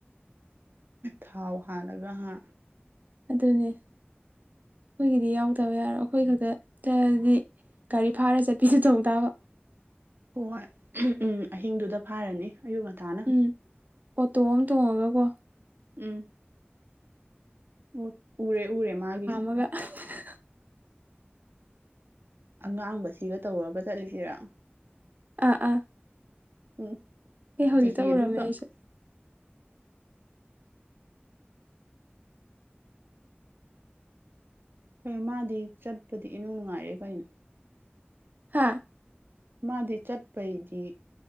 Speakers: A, on the right; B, on the right.
A: ꯊꯥꯎ ꯍꯥꯜꯂꯒ ꯍꯥ
B: ꯑꯗꯨꯅꯦ ꯑꯩꯈꯣꯏꯒꯤꯗꯤ ꯌꯥꯎꯗꯕ ꯌꯥꯔꯣꯏ ꯑꯩꯈꯣꯏ ꯈꯛꯇ ꯆꯠꯂꯗꯤ ꯒꯥꯔꯤ ꯐꯥꯔ ꯆꯠꯄꯤꯁꯨ ꯇꯧ ꯇꯥꯕ
A: ꯍꯣꯏ ꯎꯝ ꯑꯍꯤꯡꯗꯨꯗ ꯐꯥꯔꯅꯤ ꯑꯌꯨꯛ ꯉꯟꯇꯥꯅ
B: ꯎꯝ ꯑꯣꯇꯣ ꯑꯃ ꯇꯣꯡꯉꯒ ꯀꯣ
A: ꯎꯝ ꯎ ꯎꯔꯦ ꯎꯔꯦ ꯃꯥꯒꯤꯁꯤ
B: ꯑꯗꯨꯒ <unintelligible>
A: ꯑꯉꯥꯡꯕꯁꯤꯒ ꯇꯧꯔꯒ ꯆꯠꯂꯤꯁꯤꯔꯥ
B: ꯑꯥ ꯑꯥ
A: ꯎꯝ
B: ꯑꯦ ꯍꯧꯖꯤꯛꯇ
A: ꯗꯤꯍꯤ
B: ꯎꯔꯝꯃꯦ
A: ꯑꯗꯨꯒ
B: ꯑꯩꯁꯨ
A: ꯑꯦ ꯃꯥꯗꯤ ꯆꯠꯄꯗꯤ ꯏꯅꯨꯡ ꯅꯨꯡꯉꯥꯏꯔꯦ ꯀꯩꯅꯣ
B: ꯍꯥꯥ
A: ꯃꯥꯗꯤ ꯆꯠꯄꯩꯗꯤ